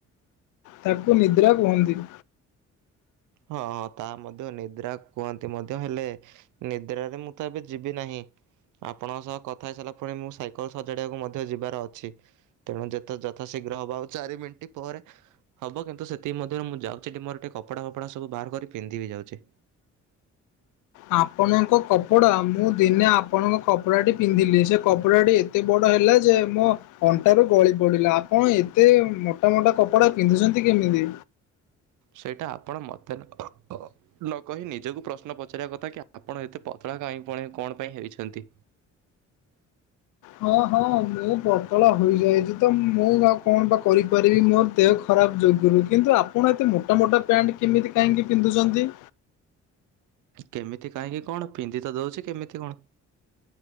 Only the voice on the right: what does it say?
ହଁ ହଁ ତା ମଧ୍ୟ ନିଦ୍ରା କୁହନ୍ତି ମଧ୍ୟ ହେଲେ ନିଦ୍ରାରେ ମୁଁ ତ ଏବେ ଯିବି ନାହିଁ। ଆପଣଙ୍କ ସହ କଥା ହେଇସାରିଲା ପରେ ମୁଁ ସାଇକଲ୍ ସଜାଡ଼ିବାକୁ ମଧ୍ୟ ଯିବାର ଅଛି। ତେଣୁ ଯେତେ ଯଥାଶୀଘ୍ର ହବା ଆଉ ଚାରି ମିନ୍ଟି ପରେ ହବ କିନ୍ତୁ ସେତିକି ମଧ୍ୟରେ ମୁଁ ଯାଉଛି ଟି ମୋର ଟିକେ କପଡ଼ା ଫପଡ଼ା ସବୁ ବାହାର କରି ପିନ୍ଧି ବି ଯାଉଛି।
ସେଇଟା ଆପଣ ମୋତେ କ କ ନ କହି ନିଜକୁ ପ୍ରଶ୍ନ ପଚାରିବା କଥା କି ଆପଣ ଏତେ ପତଳା କାହିଁ ପୁଣି କଣ ପାଇଁ ହେଇଛନ୍ତି?
କେମିତି କାହିଁକି କଣ ପିନ୍ଧି ତ ଦେଉଛି କେମିତି କଣ